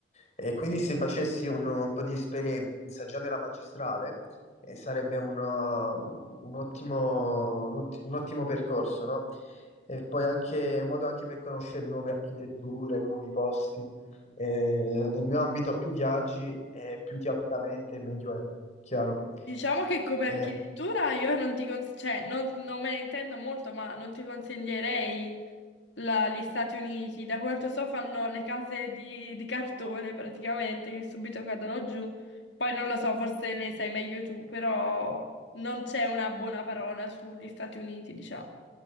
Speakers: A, on the left; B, on the left.
A: E quindi se facessi un, un po' di esperienza già nella magistrale e sarebbe un, uh, un ottimo, un otti- un ottimo percorso, no? E poi anche modo anche per conoscere nuove architetture, nuovi posti. Eh, nel mio ambito più viaggi e più ti apri la mente, meglio è, chiaro.
B: Diciamo che come
A: Eh,
B: architettura io non ti cons- cioè, non, non me ne intendo molto, ma non ti consiglierei la- gli Stati Uniti. Da quanto so fanno le case di, di cartone praticamente che subito cadono giù. Poi non lo so, forse ne sai meglio tu, però non c'è una buona parola sugli Stati Uniti, diciamo.